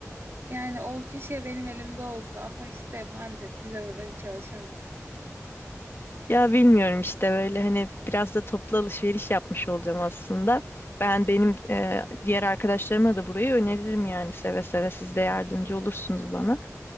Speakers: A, on the right (about 50°); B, on the left (about 45°).
A: Yani o keşke benim elimde olsa ama işte maalesef biz de burada bir çalışanız.
B: Ya bilmiyorum işte böyle hani biraz da toplu alışveriş yapmış olacağım aslında. Ben benim e, diğer arkadaşlarıma da burayı öneririm yani seve seve siz de yardımcı olursunuz bana.